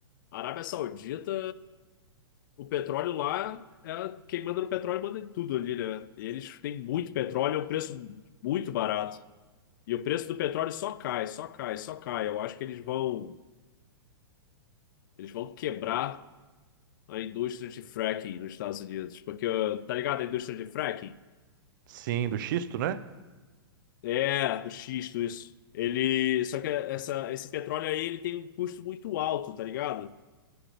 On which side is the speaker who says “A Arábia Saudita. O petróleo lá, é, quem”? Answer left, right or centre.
Left